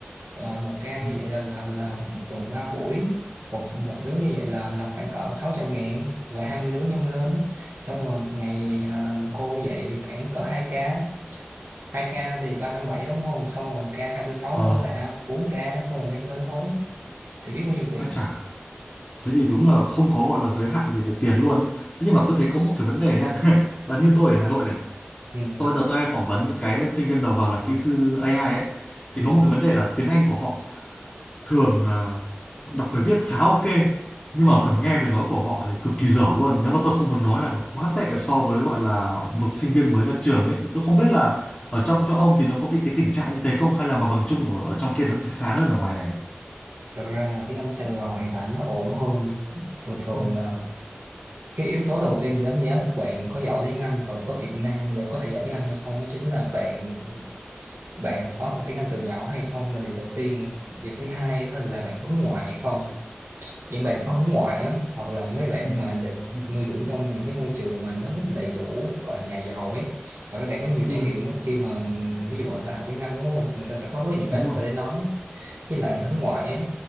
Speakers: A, on the right; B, on the left.
A: rồi một ca như
B: Ừ.
A: vậy là là, là một tuần 3 buổi một một đứa như vậy là là khoảng cỡ sáu trăm ngàn rồi 20 đứa nhân lên xong rồi một ngày à, cô dạy khoảng cỡ 2 ca hai ca thì 357 đúng không xong rồi ca hai tư sáu
B: Ờ,
A: nữa là 4 ca xong rồi nhân lên thôi thì biết bao nhiêu tiền
B: ai chả. Thế thì đúng là không có gọi là giới hạn gì về tiền luôn ấy. Thế nhưng mà tôi thấy có một cái vấn đề nhá. <laughs> Là
A: <laughs>
B: như tôi ở Hà Nội này.
A: ừ
B: Tôi giờ tôi hay phỏng vấn những cái sinh viên đầu vào làm kỹ sư AI ấy. Thì
A: ừ
B: có một cái vấn đề là tiếng Anh của họ thường à, đọc với viết khá ok. Nhưng
A: ừ
B: mà phần nghe với nói của họ thì cực kỳ dở luôn. Nếu mà tôi không muốn nói là nó quá tệ so với gọi là một sinh viên mới ra trường ấy. Thì tôi không biết là ở trong chỗ ông thì nó có bị cái tình trạng như thế không? Hay là mặt bằng chung ở, ở trong kia nó sẽ khá hơn ở ngoài này?
A: thật ra là tiếng Anh Sài Gòn hiện tại nó ổn hơn thường thường
B: Ừ.
A: là cái yếu tố đầu tiên để đánh giá một bạn có giỏi tiếng Anh hoặc là có tiềm năng để có thể giỏi tiếng Anh hay không đó chính là bạn bạn có học tiếng Anh từ nhỏ hay không là điều đầu tiên điều thứ hai á là bạn có hướng ngoại hay không những bạn có hướng ngoại á hoặc là mấy bạn
B: Ừ.
A: mà được được nuôi dưỡng trong những cái môi trường mà nó rất là đầy đủ gọi là nhà giàu ấy và các bạn có nhiều
B: ừ
A: trải nghiệm á, khi mà ví dụ người ta học tiếng Anh đúng không người ta sẽ có rất là nhiều cái
B: đúng
A: người
B: rồi
A: ta để nói với lại người ta hướng ngoại ấy